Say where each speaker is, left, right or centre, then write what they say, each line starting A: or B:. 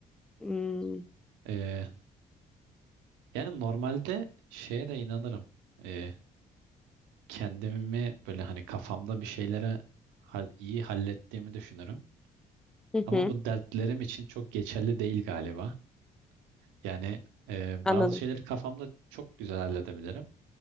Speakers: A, in the centre; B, on the right.
A: Hmm,
B: E, yani normalde şeye de inanırım. E, kendimi böyle hani kafamda bir şeylere hal- iyi hallettiğimi düşünürüm.
A: Hı
B: Ama
A: hı,
B: bu dertlerim için çok geçerli değil galiba. Yani e,
A: anladım.
B: bazı şeyleri kafamda çok güzel halledebilirim.